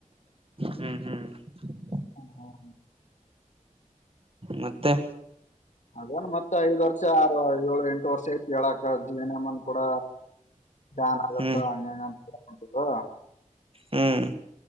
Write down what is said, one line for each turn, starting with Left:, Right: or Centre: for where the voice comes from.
Right: ಹ್ಮ್ ಹ್ಮ್. ಹ
Left: ಹ ಹಾ ಹಾ.
Right: ಮತ್ತೆ.
Left: ಅದೆನ್ ಮತ್ತೆ ಐದ್ ವರ್ಷ ಆರು ಏಳು ಎಂಟು ವರ್ಷ ಇತ್ ಹೇಳಾಕ್ ಜೀವ್ನ ಮನ್. ಕೂಡ ಬ್ಯಾನ್ ಆಗೇತ್ತಾ
Right: ಹ್ಮ್
Left: ಹಂಗೆ ಹಿಂಗ್ ಅಂತ್ ಹೇಳ್ ಇಗೋ.
Right: ಹ್ಮ್